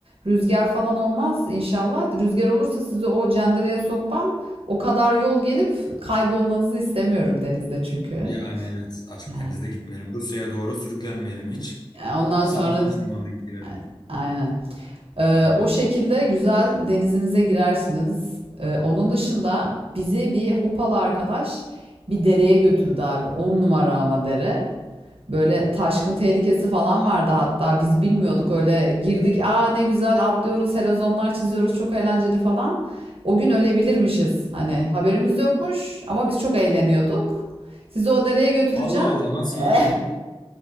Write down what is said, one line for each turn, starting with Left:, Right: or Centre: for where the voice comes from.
Right: Rüzgar falan olmaz inşallah. Rüzgar olursa sizi o cendereye sokmam. O kadar yol gelip kaybolmanızı istemiyorum denizde çünkü.
Left: Yani evet. Açık
Right: Yani
Left: denizde gitmeyelim. Rusya'ya doğru sürüklenmeyelim hiç.
Right: e, ondan
Left: Sakin
Right: sonra
Left: bir zamanda girelim.
Right: a- aynen. E,
Left: Aynen.
Right: o şekilde güzel denizinize girersiniz. E, onun dışında bizi bir hopalı arkadaş bir dereye götürdü abi. on numara ama dere. Böyle taşkın tehlikesi falan vardı hatta biz bilmiyorduk öyle girdik aa ne güzel atlıyoruz helezonlar çiziyoruz çok eğlenceli falan. O gün ölebilirmişiz hani haberimiz yokmuş ama biz çok eğleniyorduk. Sizi o dereye götüreceğim.
Left: Allah Allah nasıl
Right: <laughs>
Left: yani?